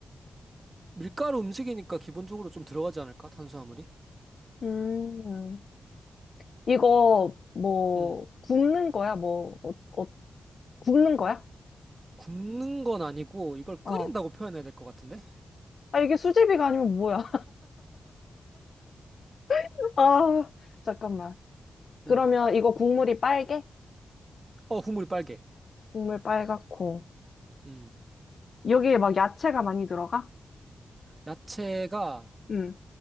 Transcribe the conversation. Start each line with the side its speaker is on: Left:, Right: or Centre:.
Right: 밀가루 음식이니까 기본적으로 좀 들어가지 않을까? 탄수화물이?
Left: 음, 이거, 뭐,
Right: 음.
Left: 굽는 거야? 뭐, 어, 어, 굽는 거야?
Right: 굽는 건 아니고 이걸
Left: 어.
Right: 끓인다고 표현해야 될 것 같은데?
Left: 아, 이게 수제비가 아니면 뭐야? <laughs> 아, 잠깐만. 그러면
Right: 음.
Left: 이거 국물이 빨개?
Right: 어, 국물이 빨개.
Left: 국물 빨갛고.
Right: 음.
Left: 여기에 막 야채가 많이 들어가?
Right: 야채가
Left: 응.